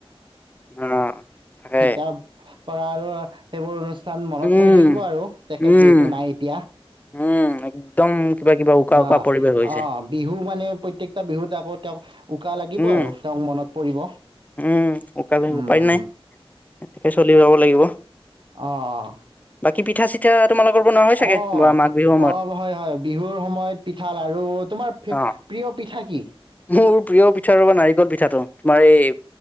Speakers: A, on the left; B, on the right.
A: অ তাকে
B: এতিয়া পৰা আৰু সেইবোৰ অনুষ্ঠান কাৰণ মনত
A: উম
B: পৰি থাকিব আৰু তেখেত
A: উম
B: যিহেতু নাই এতিয়া।
A: উম একদম কিবা কিবা উকা
B: অঁ
A: উকা পৰিৱেশ হৈছে
B: অঁ বিহু মানে প্ৰত্যেকটো বিহুৰ আগত তেওঁক উকা লাগিব
A: উম
B: আৰু তেওঁক মনত পৰিব
A: উম উকা লাগিব
B: উম
A: উপায়
B: উম
A: নাই সেনেকে চলি যাব লাগিব।
B: অঁ অঁ
A: কি পিঠা চিঠা তোমালোকৰ বনোৱা হয় চাগে
B: অঁ
A: বা মাঘ বিহুৰ সময়ত
B: অঁ হয় হয় বিহুৰ সময়ত পিঠা লাৰু তোমাৰ প্ৰিয়
A: অ
B: পিঠা কি?
A: মোৰ প্ৰিয় পিঠা ৰবা নাৰিকল পিঠাটো তোমাৰ এই